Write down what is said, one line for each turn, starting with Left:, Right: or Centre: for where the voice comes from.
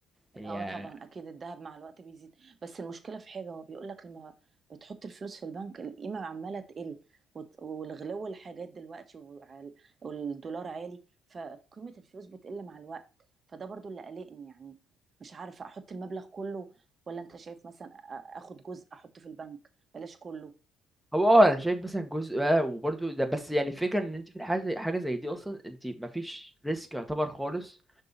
Centre: يعني
Right: اه طبعا اكيد الذهب مع الوقت بيزيد بس المشكله في حاجه هو بيقول لك لما بتحط الفلوس في البنك القيمه عماله تقل وت- والغلو الحاجات دلوقتي وعل- والدولار عالي فقيمه الفلوس بتقل مع الوقت فده برضو اللي قلقني يعني مش عارفه احط المبلغ كله ولا انت شايف مثلا أ- اخد جزء احطه في البنك بلاش كله
Centre: هو اه انا شايف مثلا جزء اه وبرضو ده بس يعني الفكره ان انت في الحاجه زي حاجه زي دي اصلا انت مفيش ريسك يعتبر خالص